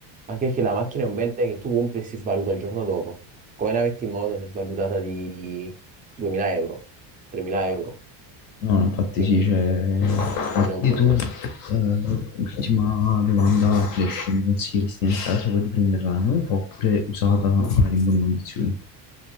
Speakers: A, on the right; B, on the left.
A: anche perché la macchina è un bene che tu compri e si svaluta il giorno dopo. Come la metti in moto si è svalutata di 2000
B: Sì.
A: euro, 3000 euro,
B: No, no, infatti
A: quindi
B: sì, c'è...
A: non è un
B: Quindi
A: buon
B: tu,
A: investimento.
B: eh, ultima domanda flash, mi consiglieresti nel caso di prenderla nuova oppure usata magari in buone condizioni?